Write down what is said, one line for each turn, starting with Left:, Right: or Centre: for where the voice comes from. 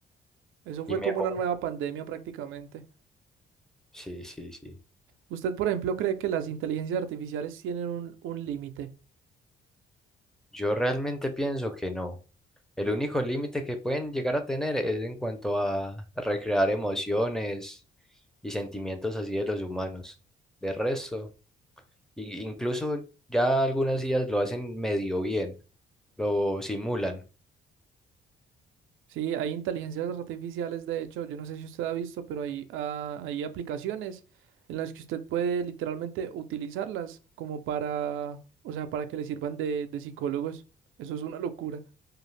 Right: Eso fue
Centre: y mejor.
Right: como una nueva pandemia prácticamente.
Centre: Sí, sí, sí.
Right: ¿Usted, por ejemplo, cree que las inteligencias artificiales tienen un, un límite?
Centre: Yo realmente pienso que no. El único límite que pueden llegar a tener es en cuanto a recrear emociones y sentimientos así de los humanos. De resto, y- incluso ya algunas ideas lo hacen medio bien, lo simulan.
Right: Sí, hay inteligencias artificiales, de hecho, yo no sé si usted ha visto, pero hay, ah, hay aplicaciones en las que usted puede literalmente utilizarlas como para, o sea, para que le sirvan de, de psicólogos. Eso es una locura.